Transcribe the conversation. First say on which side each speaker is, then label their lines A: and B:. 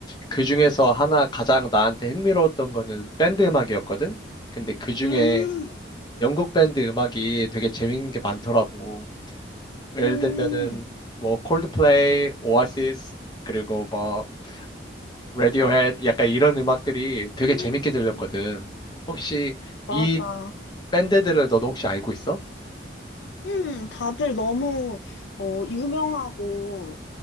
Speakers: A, on the left (about 25°); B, on the left (about 85°).
A: 그 중에서 하나 가장 나한테 흥미로웠던 거는 밴드 음악이었거든? 근데 그 중에
B: 음,
A: 영국 밴드 음악이 되게 재밌는 게 많더라고. 예를
B: 음,
A: 들면은 뭐 콜드플레이, 오아시스, 그리고 뭐 레디오 헤드 약간 이런 음악들이 되게
B: 음,
A: 재밌게 들렸거든. 혹시 이
B: 맞아.
A: 밴드들을 너도 혹시 알고 있어?
B: 음, 다들 너무 어, 유명하고